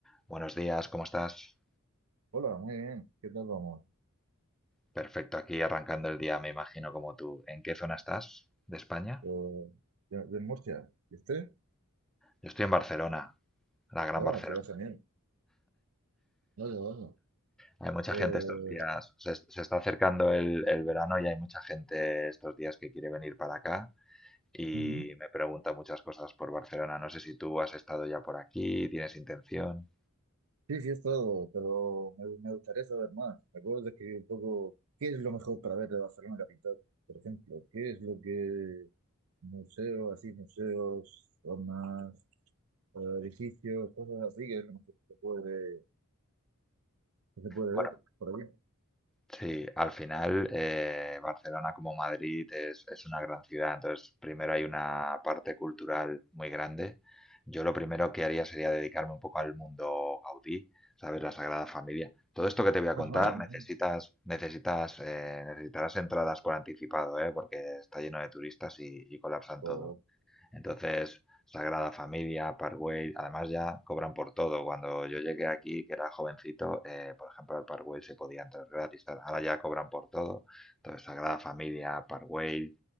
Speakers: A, in the centre; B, on the right.
A: Buenos días, ¿cómo estás?
B: Hola, muy bien. ¿Qué tal vamos?
A: Perfecto, aquí arrancando el día, me imagino, como tú. ¿En qué zona estás de España?
B: Yo, de, de Murcia. ¿Y usted?
A: Yo estoy en Barcelona, la gran
B: Oh,
A: Barcelona.
B: se ve genial. No, de dónde.
A: Hay mucha
B: Pues,
A: gente estos días, se, se está acercando el, el verano y hay mucha gente estos días que quiere venir para acá y
B: ujú.
A: me pregunta muchas cosas por Barcelona. No sé si tú has estado ya por aquí, tienes intención.
B: Sí, sí, es todo, pero me, me gustaría saber más. ¿Me puedes describir un poco qué es lo mejor para ver de Barcelona capital? Por ejemplo, ¿qué es lo que museos, así, museos, zonas, eh, edificios, cosas así, que es lo mejor que se puede, que se puede
A: Bueno,
B: ver por aquí?
A: Sí, al final eh, Barcelona como Madrid es, es una gran ciudad, entonces primero hay una parte cultural muy grande. Yo lo primero que haría sería dedicarme un poco al mundo Gaudí, ¿sabes? La Sagrada Familia. Todo esto que te voy a
B: Ajá.
A: contar
B: ujú.
A: necesitas, necesitas, eh, necesitarás entradas por anticipado, ¿eh? Porque está lleno de turistas y, y colapsan
B: O-
A: todo. Entonces, Sagrada Familia, Parkway, además ya cobran por todo. Cuando yo llegué aquí, que era jovencito, eh, por ejemplo, al Parkway se podía entrar gratis. tal. Ahora ya cobran por todo. Entonces, Sagrada Familia, Parkway,